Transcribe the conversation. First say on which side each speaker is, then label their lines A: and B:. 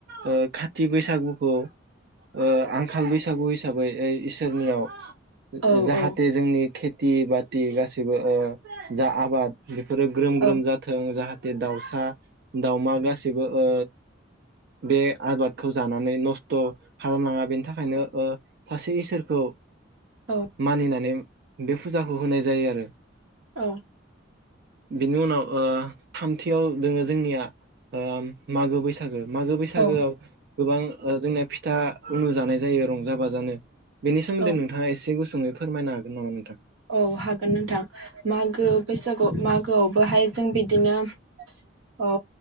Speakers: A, on the right; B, on the right.
A: ओ खाथि बैसागुखौ ओ आंखाल बैसागु हिसाबै इसोरनियाव
B: औ
A: जाहाथे
B: औ
A: जोंनि खे थि बाथि गासिबो ओ जा आबाद बेफोरो ग्रोम ग्रोम
B: औ
A: जाथों जाहाथे दाउसा दाउमा गासैबो ओ बे आबादखौ जानानै नस्थ खालामलाङा बेनि थाखायनो ओ सासे इसोरखौ
B: औ
A: मानिनानै बे फुजाखौ होनाय जायो आरो
B: औ
A: बिनि उनाव ओ थामथियाव दोङो जोंनिया ओ मागो बैसागो मागो बैसागोआव
B: औ
A: गोबां ओ जोंनिया फि था <unintelligible> जानाय जायो रंजा बाजानो। बेनि सोमोनदै
B: औ
A: नोंथाङा एसे गु सुङै फोरमायनो हागोन नामा नोंथां?
B: औ हागोन नोंथां मागो बैसागु मागोआवबोहाय जों बिदिनो औ